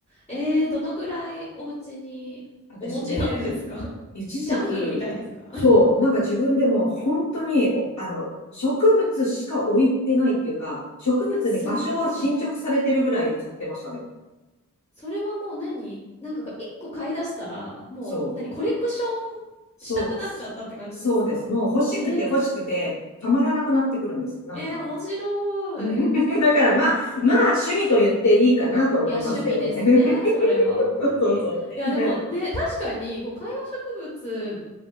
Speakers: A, on the left; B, on the left.
A: ええどのぐらいお家にお持ちなんですか
B: 私ね、
A: <laughs>
B: 一時期、
A: ジャングルみたいですか
B: そう、
A: <laughs>
B: なんか自分でも本当に、あの、植物しか置いてないっていうか、植物に場所は侵食されてるぐらい買ってましたね。
A: え、すごい。それはもう何なんかが一個買い出したら、もう何コレクションしたくなっちゃったって感じですか
B: そう、そうです。そうです。もう欲しくて欲しくて、
A: えー、
B: たまらなくなってくるんです。なんか。
A: えー、面白い。
B: <laughs> だからまあ、まあ趣味と言っていいかなと思いますけどね。
A: いや、趣味ですね。
B: <laughs>
A: それは、本当に。
B: そうそうそう。
A: いや、でもね、
B: で
A: 確かに、こう、観葉植物